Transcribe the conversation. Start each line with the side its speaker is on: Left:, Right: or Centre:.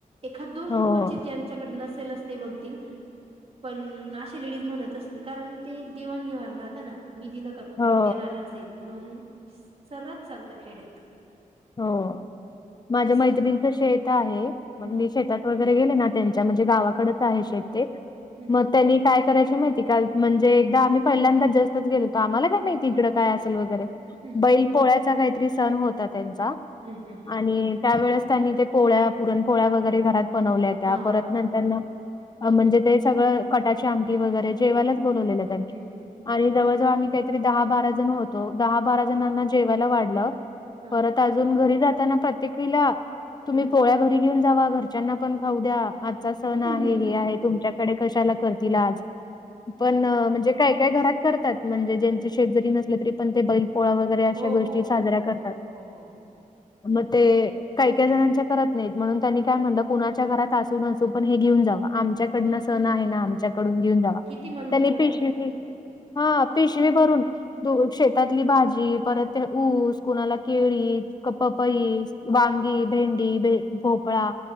Right: एखाद दोन
Left: हो
Right: क्वचित ज्यांच्याकडे नसेलच ते म्हणतील - पण अशे लेडीज म्हणतच नाही कारण ते देवाण घेवान राहत ना मी दिलं का तु
Left: हो
Right: परत देणारयेच म्हणून सर्वच चालतं खेड्यात.
Left: हो माझ्या
Right: असं
Left: मैत्रिनीच शेत आहे
Right: हम्म
Left: मग मीच शेतात वगैरे गेले ना त्यांच्या म्हणजे गावाकडच आहे शेत ते
Right: हम्म
Left: मग त्यांनी काय करायची माहितीय का म्हणजे एकदा आम्ही पहिल्यांदा जस्टच गेलतो आम्हाला काय माहिती इकडं काय असेल वगैरे
Right: हम्म
Left: बैल पोळ्याचा काहीतरी सण होता त्यांचा
Right: हम्म हम्म
Left: आणि त्यावेेळेस त्यांनी ते पोळ्या पुरणपोळ्या वगैरे घरात बनवल्या होत्या
Right: हा
Left: परत
Right: हा
Left: नंतरन म्हणजे ते सगळं कटाची आमटी वगैरे जेवायलाच बनवलेलं त्यांनी.
Right: हम्म
Left: आणि जवळजवळ आम्ही काहीतरी दहा बारा जण होतो दहा बारा जणांना जेवायला वाढलं.
Right: हा
Left: परत अजून घरी जाताना प्रत्येकीला तुम्ही
Right: हम्म
Left: पोळ्या घरी घेऊन जावा घरच्यांना पण खाऊ द्या आजचा सण
Right: हम्म
Left: आहे
Right: हम्म
Left: हे आहे तुमच्याकडे कशाला करतील आज पण
Right: हम्म
Left: म्हणजे काय काय घरात करतात म्हणजे ज्यांचे शेत जरी नसले तरी पण ते बैल पोळा वगै जरा अशा
Right: हो
Left: गोष्टी
Right: हो
Left: साजऱ्या
Right: हो
Left: करतात.
Right: हो हो हो.
Left: म ते काही काही जणांच्या करत नाहीत म्हणून त्यांनी काय म्हणलं कुणाच्या घरात असू नसू पण हे घेऊन जावा आमच्या कडन सण आहे ना आमच्याकडून घेऊन जावा
Right: किती मनमोकळे
Left: त्याने पिशवी
Right: राहतात तिचे
Left: हा पिशवी भरून दूध शेतातली भाजी परत ते ऊस कुणाला केळी क पपई वांगी भेंडी भे भोपळा